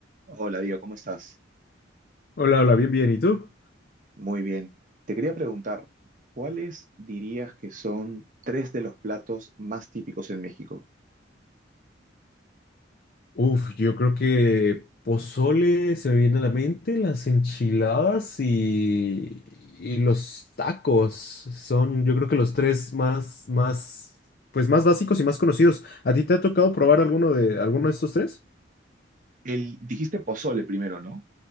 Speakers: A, on the right; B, on the left.
A: Hola, Diego, ¿cómo estás?
B: Hola, hola, bien, bien. ¿Y tú?
A: Muy bien. Te quería preguntar, ¿cuáles dirías que son tres de los platos más típicos en México?
B: Uf, yo creo que pozole se me viene a la mente, las enchiladas y, y los tacos son, yo creo que los tres más, más, Pues más básicos y más conocidos. ¿A ti te ha tocado probar alguno de alguno de estos tres?
A: El, dijiste pozole primero, ¿no?